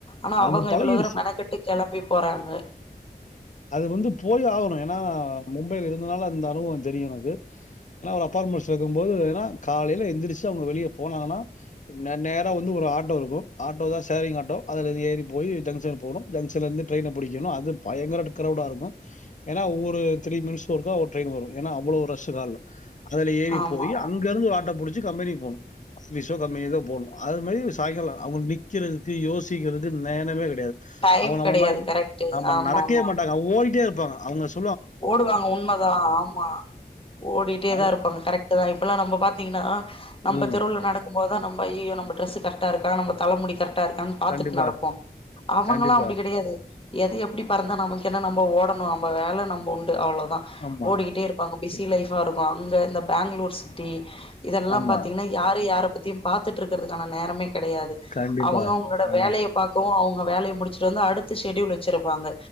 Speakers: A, on the left; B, on the left.
A: ஆனா
B: அது
A: அவங்க
B: பழகிடுச்சு.
A: இவ்ளோ தூரோ மெனக்கெட் டு கெளம்பி போறாங்க
B: அது வந்து போய் ஆவணு ஏன்னா மும்பையில இருந்ததுனால அந்த அனுபவோ தெரியு எனக்கு ஏனா ஒரு அப்பார்மெண்ட்ஸ்ல இருக்கும் போது ஏன்னா காலையில எந்திரிச்சி அவுங்க வெளியப் போனாங்கனா நே நேரா வந்து ஒரு ஆட்டோ இருக்கு ஆட்டோ தா சேரிங் ஆட்டோ அதுலந்து ஏறி போயி ஜங்ஷன் போணு ஜங்ஷன்லர்ந்து ட்ரெயின புடிக்கணு அது பயங்கர கிரவுடா இருக்கு ஏனா ஒவ்வொரு த்ரீ மினிட்ஸ் ஒருக்கா ஒரு ட்ரெயின் வரு ஏன்னா அவ்ளோ ரஷு கால்ல அதுல ஏறி
A: ஆமா
B: போய் அங்கருந்து ஒரு ஆட்டோ புடிச்சு கம்பெனிக்கு போணு விஷ்வ கம்பெனி தா போணு அது மாரி சாயங்காலோ அவுங்களுக்கு நிக்கிறதுக்கு யோசிக்கிறதுக்கு நேரமே கெடையாது
A: டைம்
B: அவுங்க நம்ம
A: கெடையாது
B: மாரி
A: கரெக்ட்
B: நம்ம
A: ஆமா
B: நடக்கவே
A: ஆமா
B: மாட்டாங்க ஓடிட்டே இருப்பாங்க அவுங்க சொ
A: ஓடுவாங்க உண்மதா ஆமா ஓடிட்டே
B: ஆமா.
A: தா இருக்கணு கரெக்ட்டு தா இப்பெல்லா நம்ம பாத்தீங்ன்னா நம்ம
B: ம்.
A: தெருல நட க்கு போதா நம்ப அய்யய்யோ நம்ப ட்ரெஸு கரெக்ட்டா இருக்கா நம்ப தல முடி கரெக்ட்டா இருக்கானு பாத்துட்டு
B: கண்டிப்பா,
A: நடப்போ அவங்கல்லா
B: கண்டிப்பா.
A: அப்டி கெடையாது எது எப்டி பறந்தா நமக்கு என்ன நம்ம ஓடனோ நம்ம வேல நம்ம உண்டு அவ்ளோதா
B: ஆமா,
A: ஓடிக்கிட்டே இருப்பாங்க பிஸி லைஃபா இருக்கு அங்க இந்த பேங்களூர் சிட்டி இதெல்லா
B: ஆமா.
A: பாத்தீங்ன்னா யாரு யார பத்தியு பாத்துட்டு இருக்கிறதுக்கான நேரமே கெடையாது
B: கண்டிப்பா.
A: அவங்க அவங்களோட
B: ஆ,
A: வேலைய பார்கவு அவங்க வேலைய முடிச்சுட்டு வந்து அடுத்த ஷெடியூல் வச்சிருப்பாங்க